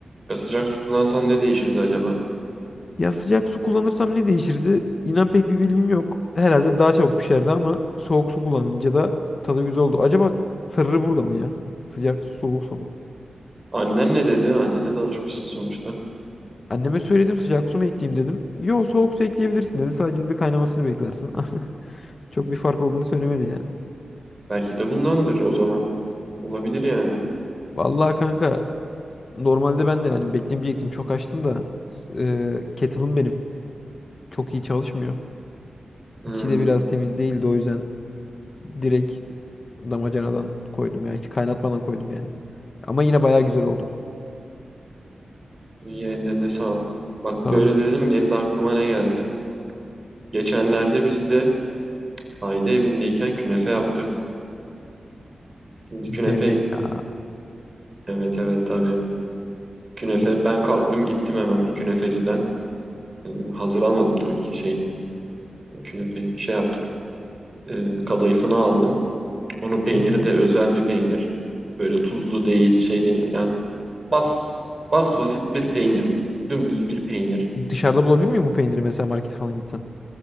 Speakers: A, on the right; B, on the left.
A: Ya sıcak su kullansan ne değişirdi acaba?
B: Ya sıcak su kullanırsam ne değişirdi? İnan pek bir bilgim yok. Herhalde daha çabuk pişerdi ama soğuk su kullanınca da tadı güzel oldu. Acaba sırrı burada mı ya? Sıcak su, soğuk su mu?
A: Annen ne dedi? Annene danışmışsın sonuçta.
B: Anneme söyledim sıcak su mu ekleyeyim dedim. Yo soğuk su ekleyebilirsin dedi. Sadece dedi kaynamasını beklersin. <laughs> Çok bir fark olduğunu söylemedi yani.
A: Belki de bundandır o zaman. Olabilir yani.
B: Vallahi kanka Normalde ben de yani beklemeyecektim. Çok açtım da e, kettle'ım benim. Çok iyi çalışmıyor.
A: Hmm.
B: İçi de biraz temiz değildi o yüzden direkt damacanadan koydum ya. Hiç kaynatmadan koydum yani. Ama yine bayağı güzel oldu.
A: İyi ellerine sağlık. Bak
B: Sağ
A: böyle
B: olasın.
A: dedim benim de aklıma ne geldi. Geçenlerde biz de Aile evindeyken künefe yaptık. Şimdi künefe
B: Deme ya.
A: evet evet tabii. Künefe
B: Çok
A: ben kalktım gittim hemen bir künefeciden. Ee, hazır almadım tabii ki şey künefeyi şey yaptık. Ee, kadayıfını aldım. Onun peyniri
B: deme.
A: de özel bir peynir. Böyle tuzlu değil şey değil. Yani bas bas basit bir peynir. Dümdüz bir peynir.
B: Dışarıda bulabilir miyim bu peyniri mesela markete falan gitsem?